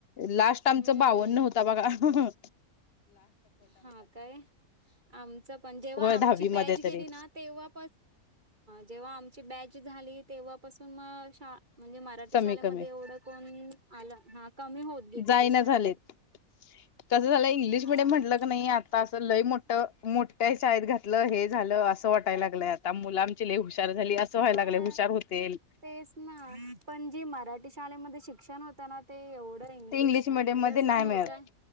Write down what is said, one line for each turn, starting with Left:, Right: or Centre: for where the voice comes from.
Left: लास्ट आमच
Right: हम्म
Left: बावन्न होत... त बघा हा हा....
Right: हा काय आमच पण जेव्हा
Left: होय
Right: आमची
Left: दहावी
Right: बॅच
Left: मध्ये
Right: गेली
Left: तरी
Right: ना तेव्हा.... जेव्हा आमची बच झाली तेव्हाून म म्हणजे... मराठी
Left: कमी
Right: शाले मध्ये
Left: कमी
Right: एवढ कोण आल कमी होत... गेली
Left: जाइना
Right: ती शाळा
Left: झालेत कसं झालं इंग्लिश
Right: हा
Left: मिीडियम म्हटल कनी... आता असं लय मोठ्या शळेत घातलं हे झालं असं वाटायला लागलंय आता आमची मुल लय हुशार झाली.... ं व्हाय
Right: हा
Left: लागय हुशार होतील...
Right: तेच ना पण जी मराठी शाळेमध्ये शिक्षण होत ना.... ते एवढं इंग्लिश
Left: ते
Right: म्हणजे
Left: मिडियम मध्ये
Right: असं
Left: नाही
Right: मोठ्या
Left: मिळत